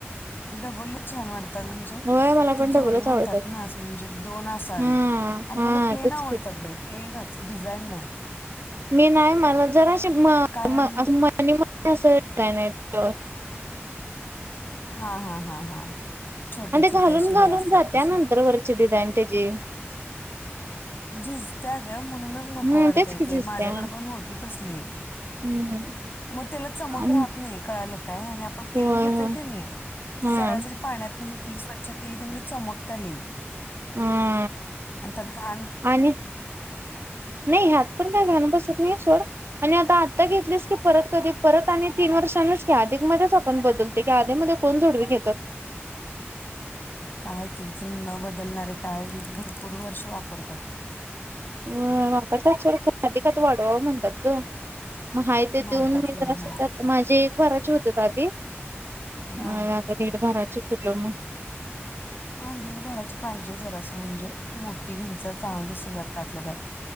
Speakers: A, on the left; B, on the right.
A: डबलच छान वाटतात म्हणजे
B: होय मला
A: ते
B: पण
A: जोडी
B: डबलच
A: म्हणतात
B: आवडतात.
A: ना अस म्हणजे दोन असावेत
B: हा
A: आणि
B: हा
A: मला प्लेन
B: तेच
A: आवडतात
B: की
A: बाई प्लेनच. डिझाईन नाहीय.
B: मी नाही मला जरा मनी
A: कारण
B: मनी <inaudible> <unintelligible>
A: हा हा हा हा. छोटे
B: आणिण ते
A: छोटे
B: घालून
A: असे हे
B: घालून
A: असतात
B: जात्या
A: तसे
B: नंतर वरची डिझाईन. त्याची
A: झीजताग. म्हणून नको
B: हम्म
A: वाढय
B: तेच की
A: ते
B: झिजत्या.
A: माझ्याकड पण होती तसली
B: हम्म
A: मग त्याला चमक
B: आणि
A: राहत नाही क काय आपण प्लेन
B: होय
A: घेतोय
B: होय
A: का नाही ते
B: हम्म
A: जरा जरी पाण्यात नाही केली स्वच्छ केली की म्ह चमक त्याले.
B: हम्म
A: अनत्यात घाल
B: आणि नाही ह्यात पण काय घाल बसत नाही सोड आणि आता आता घेतलीस की परत कधी परत आणि तीन वर्षांच की आधी मध्येच आपण बदलते की आधी मध्ये कोण जोडवी घेत
A: काय जण न बदलणारे काय भरपूर वर्ष वापरतात.
B: हम्म आपरतात लोक अधिक त्यात वाडवा म्हणतात ग हाय ते
A: मानतात
B: देऊन मी
A: होय
B: ज
A: होय
B: माझी एक भाराची होते आधी.
A: हां
B: म आता दीड बाराचे हॅलो
A: हा दीडभराचे पाहिजे जर असं म्हणजे. मोठी घनचर चागल दिसत जरा. त्यातलंत्यात